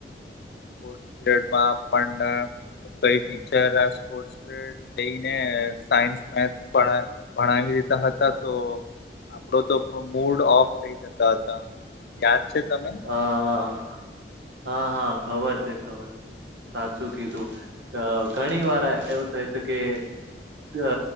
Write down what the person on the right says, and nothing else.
હા હા હા હા ખબર છે ખબર છે. સાચું કીધું અ ઘણી વાર એવું થયું તુ કે. અ